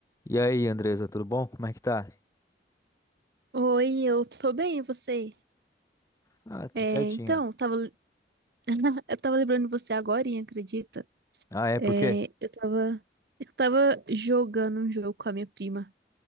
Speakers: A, on the left; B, on the right.
A: E aí, Andresa, tudo bom? Como é que tá?
B: Oi, eu tô bem, e você?
A: Ah, tudo
B: É,
A: certinho.
B: então, eu tava, <laughs> eu tava lembrando de você agora, acredita?
A: Ah, é,
B: É,
A: por quê?
B: eu tava, eu tava jogando um jogo com a minha prima.